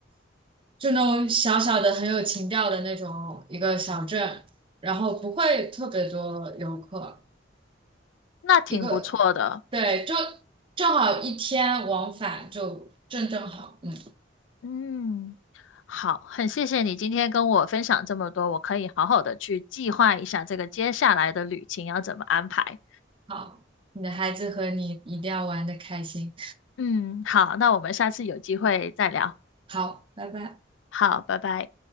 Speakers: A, on the right; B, on the left.
A: 就那种小小的很有情调的那种一个小镇，然后不会特别多游客，
B: 那挺不错的。
A: 一个，对，就正好一天往返就正正好，嗯，
B: 嗯，好，很谢谢你今天跟我分享这么多，我可以好好的去计划一下这个接下来的旅行要怎么安排。
A: 好，你的孩子和你一定要玩的开心，
B: 嗯，好，那我们下次有机会再聊。
A: 好，拜拜。
B: 好，拜拜。